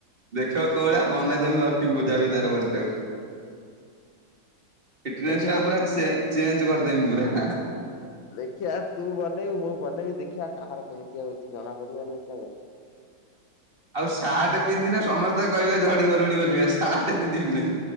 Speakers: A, on the right; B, on the left.
A: ଦେଖିବ କୋଉଭଳିଆ ବନେଇଦମି ଲକ୍ଷ୍ମୀ ପୂଜା ଭିତରେ ବଡିଟାକୁ। ଫିଟନସ୍
B: ଦେଖିଆ
A: ଟାକୁ ପୁରା ଚେ ଚେଞ୍ଜ କରିଦେବି ପୁରା ହା ହା।
B: ଦେଖିଆ ତୁବନେଇବୁ ମୁବନେଇବି ଦେଖିଆ କାହାର କେମିତି ହଉଚି ଜଣା ପଡ଼ିବନି ହେତେଳେ।
A: ଆଉ ସାର୍ଟ ପିନ୍ଧିନେ ସମସ୍ତେ କହିବେ ଝଡ଼ିଗଲୁଣି ବୋଲି ଆଉ ସାର୍ଟ ପିନ୍ଧିମିନେଇ।